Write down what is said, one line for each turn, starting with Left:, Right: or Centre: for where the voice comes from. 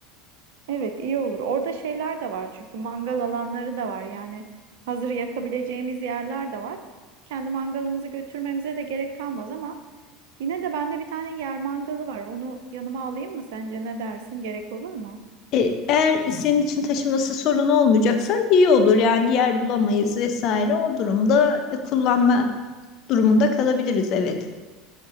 Right: Evet, iyi olur. Orada şeyler de var çünkü mangal alanları da var. Yani hazır yakabileceğimiz yerler de var. Kendi mangalımızı götürmemize de gerek kalmaz ama Yine de bende bir tane yer mangalı var. Onu yanıma alayım mı sence? Ne dersin? Gerek olur mu?
Left: E, Eğer senin için taşıması sorun olmayacaksa iyi olur. Yani yer bulamayız vesaire. O durumda e, kullanma durumunda kalabiliriz evet.